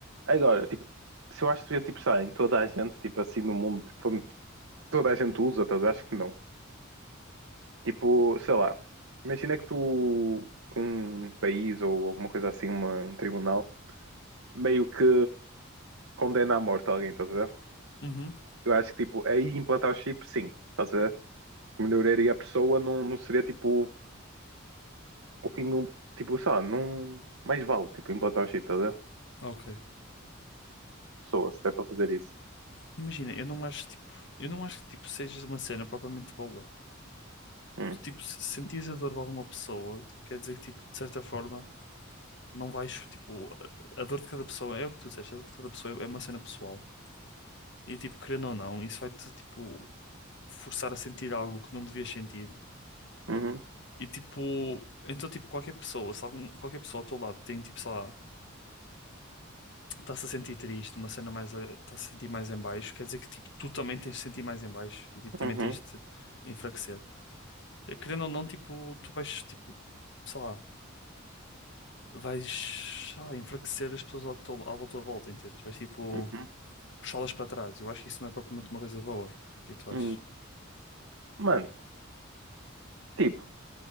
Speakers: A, on the right; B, on the left.
A: Agora, tipo, se eu acho que seria tipo, sei lá, em toda a gente, tipo, assim no mundo, tipo, onde toda a gente usa, estás a ver? Acho que não. Tipo, sei lá, imagina que tu, que um país ou alguma coisa assim, uma- um tribunal, meio que condena à morte alguém, estás a ver?
B: Uhum,
A: Eu acho que, tipo, aí implantar o chip, sim, estás a ver? Melhoraria a pessoa, não, não seria tipo. o fim de um. Tipo, sei lá, não. Mais vale, tipo, implantar o chip, tá a ver?
B: ok.
A: Pessoa, se der para fazer isso.
B: Imagina, eu não acho, tipo, eu não acho que, tipo, seja uma cena propriamente boa.
A: Hum,
B: Porque, tipo, se sentires a dor de alguma pessoa, tipo, quer dizer que, tipo, de certa forma, não vais, tipo, a a dor de cada pessoa, é o que tu disseste, a dor de cada pessoa é uma cena pessoal. E, tipo, querendo ou não, isso vai-te, tipo, forçar a sentir algo que não devias sentir.
A: uhum,
B: E, tipo, então, tipo, qualquer pessoa, se algum, qualquer pessoa ao teu lado tem, tipo, sei lá, está-se a sentir triste, uma cena mais, está-se a sentir mais em baixo, quer dizer que, tipo, tu também tens de sentir mais em baixo e, tipo, também
A: uhum,
B: tens de enfraquecer. Querendo ou não, tipo, tu vais, tipo, sei lá vais, sei lá, enfraquecer as pessoas ao teu- à tua volta, entendes? Vais tipo
A: uhum,
B: puxá-las para trás. Eu acho que isso não é propriamente uma coisa boa. O que é que tu achas?
A: hum. Mano, tipo,